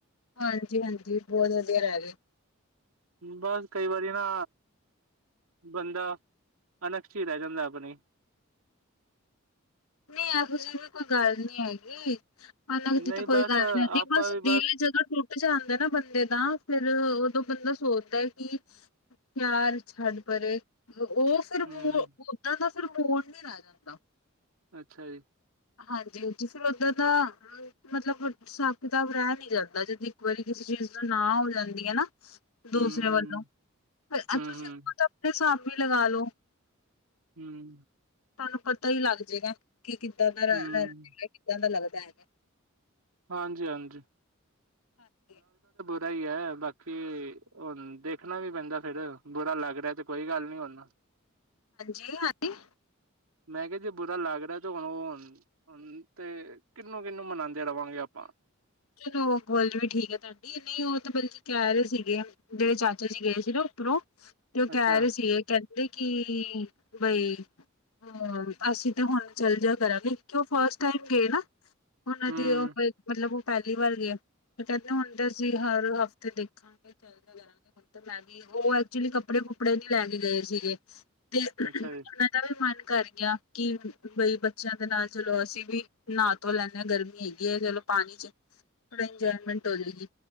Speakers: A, on the left; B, on the right.
A: ਹਾਂਜੀ ਹਾਂਜੀ ਬਹੁਤ ਵਧੀਆ ਰਹਿ ਗਏ।
B: ਬਸ ਕਈ ਵਾਰੀ ਨਾ ਬੰਦਾ ਅਨਕਸ਼ ਹੀ ਰਹਿ ਜਾਂਦਾ ਆਪਣੀ
A: ਨਹੀਂ ਇਹੋ ਜਿਹੀ ਵੀ ਕੋਈ ਗੱਲ ਨੀ ਹੈਗੀ। ਦੀ
B: ਨਹੀਂ
A: ਤਾਂ ਕੋਈ
B: ਬਸ
A: ਗੱਲ ਨ ਆਦੀ
B: ਆਪਾਂ
A: ਬਸ
B: ਵੀ
A: ਦਿਲ ਜਦੋਂ ਟੁੱਟ ਜਾਂਦਾ ਨਾ ਬੰਦੇ ਦਾ ਫੇਰ ਬੰਦਾ ਸੋਚਦਾ ਹੈ ਕਿ ਪਿਆਰ ਛੱਡ ਪਰੇ ਉਹ, ਫੇਰ, ਮ
B: ਹੂੰ
A: ਦਾਂ ਦਾ ਫੇਰ ਮੋੜ, ਨੀ ਰਹਿ ਜਾਂਦਾ।
B: ਅੱਛਾ ਜੀ।
A: ਹਾਂਜੀਾਂ ਜੀ ਫਿਰ ਉੱਦਾਂ ਦਾ ਮਤਲਬ ਹਿਸਾਬ ਕਿਤਾਬ ਰਹਿ ਨੀ ਜਾਂਦਾ ਜਿੱਦ ਇੱਕ ਵਾਰੀ ਕਿਸੇ ਜਿਸਦਾ ਨਾਂ ਹੋ ਜਾਂਦੀ ਹੈ ਨਾ। ਦੂਸਰੇ
B: ਹੂੰ ਹੂੰ
A: ਵੱਲੋਂ
B: ਹੂੰ
A: ਤੁਸੀਂ
B: ਹੂੰ
A: ਖੂਦ ਆਪਣੇ ਸਾਮਨੇ ਲਗਾ ਲਓ।
B: ਹਮ।
A: ਤੁਹਾਨੂੰ ਪਤਾ ਹੀ ਲੱਗ ਜਾਏਗਾ ਕਿ ਕਿੱਦਾਂ ਦਾ ਰ
B: ਹੂੰ
A: ਰਹਗਾ ਕਿੱਦਾਂ ਦਾ ਲੱਗਦਾ ਹੈਗਾ।
B: ਹਾਂਜੀ ਹਾਂਜੀ।
A: ਹਾਂਜੀ
B: ਗਈ ਹੈ ਬਾਕੀ ਹੁਣ ਦੇਖਣਾ ਵੀ ਪੈਂਦਾ ਫੇਰ ਬੁਰਾ ਲੱਗ ਰਿਹਾ ਤੇ ਕੋਈ ਗੱਲ ਨੀ ਹੂਨ
A: ਜੀ ਹਾਂਜੀ।
B: ਮੈਂ ਕਿਹਾ ਜੇ ਬੁਰਾ ਲੱਗ ਰਿਹਾ ਤੇ ਹੁਣ ਉਹ ਤੇ ਕਿਹਨੂੰ ਕਿਹਨੂੰ ਮਨਾਉਂਦੇ ਰਹਾਂਗੇ ਆਪਾਂ
A: ਚਲੋ ਗਲ ਵੀ ਠੀਕ ਹੈ ਤੁਹਾਡੀ ਨਹੀਂ ਉਹ ਬੀ ਕਹਿ ਰਹੇ ਸੀਗੇ ਜਿਹੜੇ ਚਾਚਾ ਜੀ ਗਏ ਸੀ ਨਾ ਉੱਪਰੋਂ ਤੇ ਉਹ
B: ਅੱਛਾ
A: ਕਹਿ ਰਹੇ ਸੀਗੇ ਕਹ ਕਹਿੰਦੇ ਕਿ ਬਈ ਹਮ ਅਸੀਂ ਤੇ ਹੁਣ ਚੱਲ ਜਾ ਕਰਾਂਗੇ ਕਿ ਉਹ ਫਸਟ ਟਾਈਮ ਗਏ ਨਾ। ਉਹਨਾਂ
B: ਹਮ
A: ਦੀ ਉਹ ਮਤਲਬ ਪਹਿਲੀ ਵਾਰ ਗਏ ਹਨ ਫਿਰ ਹੁੰਦੇ ਸੀ ਹੁਣ ਤਾਂ ਅਸੀਂ ਹਰ ਹਫ਼ਤੇ ਦੇਖਾਂਗੇ ਚੱਲਦੇ ਕਰਾਂਗੇ ਹੁਣ ਤਾਂ ਮੈਂ ਵੀ ਉਹ ਐਕਚੁਲੀ ਕੱਪੜੇ ਕੁਪੜੇ ਨ ਲੈ ਕੇ ਗਏ ਸੀਗੇ ਤੇ
B: ਅੱਛਾ
A: ਉਹਨਾਂ
B: ਜੀ
A: ਦਾ ਵੀ ਮਨ ਕਰ ਗਿਆ ਕਿ ਬਈ ਬੱਚਿਆਂ ਦੇ ਨਾਲ ਚਲੋ ਅਸੀਂ ਵੀ ਨਹਾ ਧੋ ਲੈਂਦੇ ਹਾਂ ਗਰਮੀ ਹੈਗੀ ਹੈ ਚਲੋ। ਪਾਣੀ ਚ ਥੋੜਾ ਇੰਜੋਏਮੈਂਟ ਹੋਵੇਗੀ